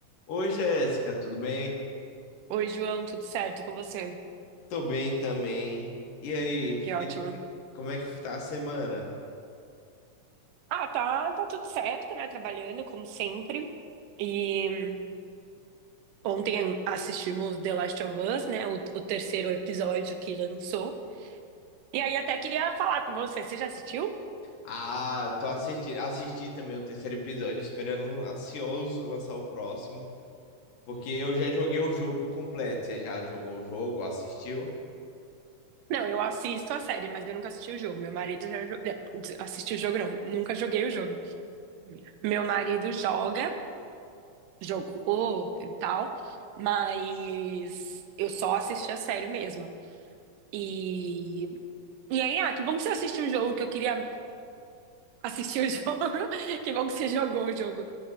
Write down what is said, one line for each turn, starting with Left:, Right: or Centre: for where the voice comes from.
Left: Oi, Jéssica, tudo bem?
Right: Oi, João, tudo certo com você?
Left: Tô bem também. E aí, fez
Right: Que ótimo.
Left: o que? Como é que tá a semana?
Right: Ah, tá, tá tudo certo, né? Trabalhando como sempre. E ontem assistimos The Last of Us, né? O, o terceiro episódio que lançou. E aí até queria falar com você. Você já assistiu?
Left: Ah, tô assistindo, assisti também o terceiro episódio, esperando ansioso lançar o próximo, porque eu já joguei o jogo completo. Você já jogou o jogo, assistiu?
Right: Não, eu assisto a série, mas eu nunca assisti o jogo. Meu marido já jo- é, assistiu o jogo, não. Nunca joguei o jogo. Meu marido joga, jogou e tal, mas eu só assisti a série mesmo. E E aí, ah, que bom que você assistiu o jogo, que eu queria assistir o jogo. <laughs> Que bom que você jogou o jogo.